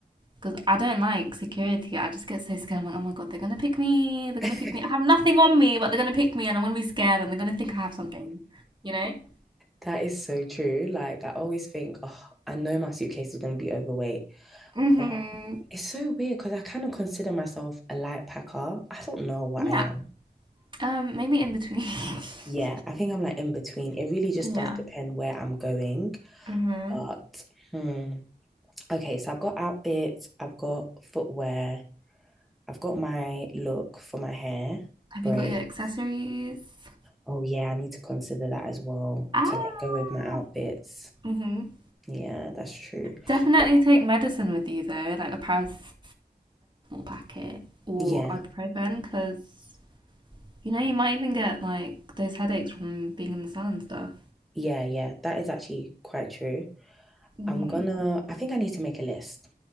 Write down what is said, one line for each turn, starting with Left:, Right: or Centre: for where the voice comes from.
Right: Because I don't like security. I just get so scared. I'm like, oh my god, they're gonna pick me. They're
Centre: <laughs>
Right: gonna pick me. I have nothing on me, but they're gonna pick me, and I'm gonna be scared, and they're gonna think I have something. You know?
Centre: That is so true. Like, I always think, oh, I know my suitcase is going to be overweight.
Right: hmm
Centre: But it's so weird because I kind of consider myself a light packer. I don't know what
Right: Yeah.
Centre: I am.
Right: Um, maybe in between. <laughs>
Centre: Yeah, I think I'm like in between. It really just
Right: Yeah.
Centre: does depend where I'm going.
Right: hmm
Centre: But hmm. Okay, so I've got outfits, I've got footwear, I've got my look for my hair,
Right: Have
Centre: braids.
Right: you got your accessories?
Centre: Oh yeah, I need to consider that as well
Right: Ah.
Centre: to like go with my outfits.
Right: hmm
Centre: Yeah, that's true.
Right: Definitely
Centre: Well,
Right: take medicine with you though, like a paracetamol packet or
Centre: yeah,
Right: ibuprofen, because you know you might even get like those headaches from being in the sun and stuff.
Centre: yeah, yeah. That is actually quite true.
Right: Mm-hmm.
Centre: I'm gonna, I think I need to make a list.